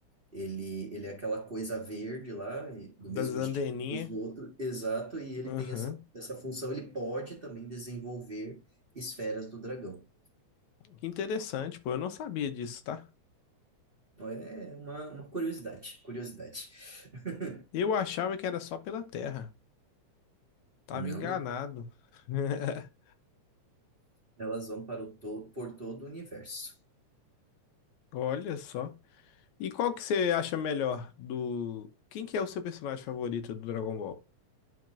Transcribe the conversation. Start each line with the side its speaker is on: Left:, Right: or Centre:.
Right: ele, ele é aquela coisa verde lá, e- do
Left: Das
Right: mesmo
Left: anteninhas.
Right: estilo que os outros, exato, e ele
Left: Aham.
Right: tem essa, essa função, ele pode também desenvolver esferas do dragão.
Left: Que interessante, pô. Eu não sabia disso, tá?
Right: Então, É uma, uma curiosidade, curiosidade. <laughs>
Left: Eu achava que era só pela Terra. Tava
Right: Não,
Left: enganado.
Right: não,
Left: <laughs>
Right: elas vão para o to por todo o universo.
Left: Olha só. E qual que você acha melhor do... Quem que é o seu personagem favorito do Dragon Ball?